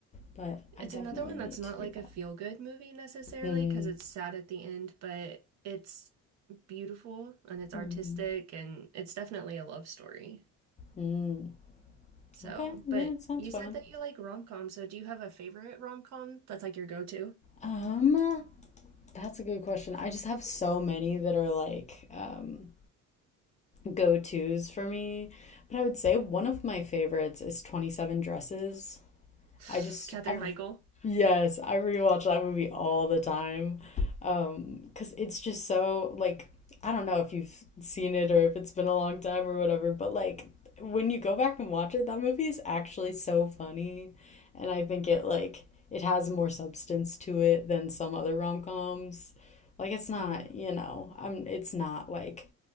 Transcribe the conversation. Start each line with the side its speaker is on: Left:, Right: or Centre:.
Left: But
Right: It's
Left: I definitely
Right: another one
Left: need
Right: that's not
Left: to do
Right: like
Left: that.
Right: a feel-good movie necessarily
Left: Mm-hmm.
Right: because it's sad at the end, but it's beautiful and it's artistic
Left: Mm-hmm.
Right: and it's definitely a love story.
Left: Mm.
Right: So,
Left: Okay. Yeah,
Right: but
Left: it sounds
Right: you
Left: fun.
Right: said that you like rom-com, so do you have a favorite rom-com that's like your go-to?
Left: Um, that's a good question. I just have so many that are like um, go-tos for me. But I would say one of my favorites is 27 Dresses.
Right: <sighs>
Left: I just
Right: Katherine
Left: I
Right: Heigl.
Left: yes, I rewatch that movie all the time. Um, 'cause it's just so like I don't know if you've seen it or if it's been a long time or whatever, but like when you go back and watch it, that movie is actually so funny. And I think it like it has more substance to it than some other rom-coms. Like it's not,
Right: hmm
Left: you know, um it's not like